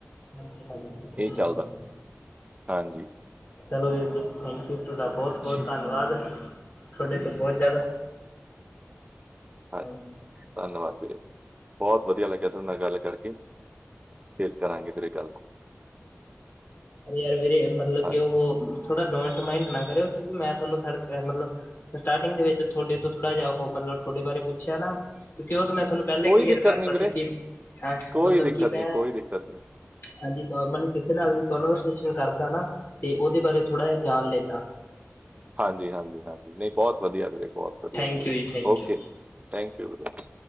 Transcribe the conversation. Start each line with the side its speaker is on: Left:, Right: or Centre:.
Left: ਹਾਂਜੀ-ਹਾਂਜੀ-ਹਾਂਜੀ
Right: ਇਹ ਚੱਲਦਾ ਹਾਂਜੀ
Left: ਚਲੋ ਵੀਰ ਜੀ ਥੈਂਕਯੂ। ਥੋਡਾ ਬਹੁਤ-ਬਹੁਤ
Right: ਜੀ,
Left: ਧੰਨਵਾਦ ਥੋਡੇ ਤੋਂ ਬਹੁਤ ਜ਼ਿਆਦਾ
Right: ਆ
Left: ਹਾਂਜੀ
Right: ਧੰਨਵਾਦ ਬਹੁਤ ਵਧੀਆ ਲੱਗਿਆ ਥੋਡੇ ਨਾਲ ਗੱਲ ਕਰਕੇ, ਫੇਰ ਕਰਾਂਗੇ ਵੀਰੇ ਗੱਲ।
Left: ਅ ਯਾਰ ਵੀਰੇ ਮਤਲਬ ਕਿ
Right: ਹਾਂਜੀ
Left: ਉਹ ਥੋੜਾ ਡੋਂਟ ਮਾਈੰਡ ਨਾ ਕਰਿਓ ਕਿਉਂਕਿ ਮੈਂ ਤੁਹਾਨੂੰ ਮਤਲਬ ਸਟਾਟਿੰਗ ਵਿੱਚ ਥੋਡੇ ਤੋਂ ਥੋੜਾ ਜਿਹਾ ਉਹ ਮਤਲਬ ਥੋਡੇ ਬਾਰੇ ਪੁੱਛਿਆ ਨਾ। ਕਿਉਂਕਿ ਉਹ ਤਾਂ ਮੈਂ ਤੁਹਾਨੂੰ ਪਹਿਲਾਂ ਹੀ
Right: ਕੋਈ
Left: ਕਲੀਅਰ
Right: ਦਿੱਕਤ
Left: ਕਰਤਾ
Right: ਨਹੀਂ ਵੀਰੇ
Left: ਸੀ, ਕਿ ਹਾਂ
Right: ਕੋਈ
Left: ਮਤਲਬ
Right: ਦਿੱਕਤ
Left: ਕਿ
Right: ਨਹੀਂ
Left: ਮੈਂ
Right: ਕੋਈ ਦਿੱਕਤ ਨਹੀਂ
Left: ਹਾਂਜੀ ਨੋਰਮਲੀ ਕਿਸੇ ਨਾਲ ਵੀ ਕਨਵਰਸੇਸ਼ਨ ਕਰਦਾ ਨਾ ਤੇ ਉਹਦੇ ਬਾਰੇ ਥੋੜ੍ਹਾ ਜਿਹਾ ਜਾਣ ਲੈਂਨਾ।
Right: ਹਾਂਜੀ-ਹਾਂਜੀ-ਹਾਂਜੀ ਨਹੀਂ ਬਹੁਤ ਵਧੀਆ ਵੀਰੇ ਬਹੁਤ ਵਧੀਆ
Left: ਥੈਂਕ
Right: ਫੇਰ
Left: ਯੂ ਜੀ thank
Right: okay.
Left: you
Right: Thank you ਵੀਰੇ।